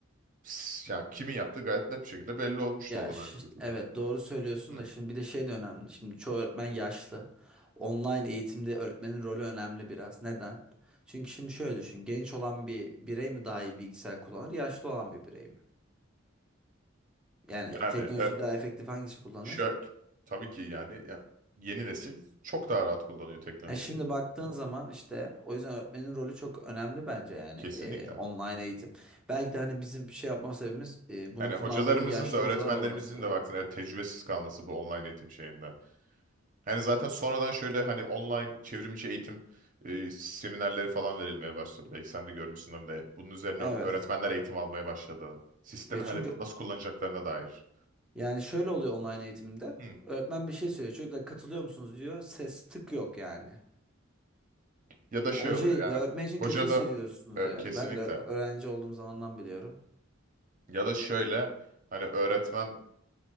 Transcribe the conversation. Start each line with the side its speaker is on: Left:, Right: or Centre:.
Right: s- ya kimin yaptığı gayet net bir şekilde belli olmuş
Centre: ya
Right: da olur
Centre: şi-
Right: aynı şekilde.
Centre: evet doğru söylüyorsun
Right: Hı.
Centre: da şimdi bir de şey de önemli. Şimdi çoğu öğretmen yaşlı. Online eğitimde öğretmenin rolü önemli biraz. Neden? Çünkü şimdi şöyle düşün. Genç olan bir birey mi daha iyi bilgisayar kullanır, yaşlı olan bir birey mi? Yani
Right: Yani
Centre: teknolojiyi
Right: e,
Centre: daha efektif hangisi kullanır?
Right: şöyle tabii ki yani ya, yeni nesil çok daha rahat kullanıyor teknolojiyi.
Centre: E şimdi baktığın zaman işte o yüzden öğretmenin rolü çok önemli bence yani
Right: Kesinlikle.
Centre: e, online eğitim. Belki de hani bizim şey yapma sebebimiz e,
Right: Hani
Centre: bunu kullananların
Right: hocalarımızın
Centre: yaşlı
Right: da öğretmenlerimizin
Centre: hocalar olması.
Right: de baktığında evet, tecrübesiz kalması bu online eğitim şeyinde. Hani zaten sonradan şöyle hani online çevrimiçi eğitim e, seminerleri falan verilmeye başladı. Belki sen de görmüşsün de bunun üzerine
Centre: Evet.
Right: öğretmenler eğitim almaya başladı. Sistemi
Centre: Ya çünkü
Right: hani nasıl kullanacaklarına dair.
Centre: yani şöyle oluyor online eğitimde.
Right: Hı.
Centre: Öğretmen bir şey söylüyor. Çocuklar katılıyor musunuz diyor. Ses tık yok yani.
Right: Ya da
Centre: Hoca
Right: şey oluyor
Centre: ya
Right: yani
Centre: öğretmen için
Right: hoca
Centre: kötü hissediyorsunuz
Right: da e,
Centre: yani.
Right: kesinlikle
Centre: Ben de öğrenci olduğum zamandan biliyorum.
Right: ya da şöyle hani öğretmen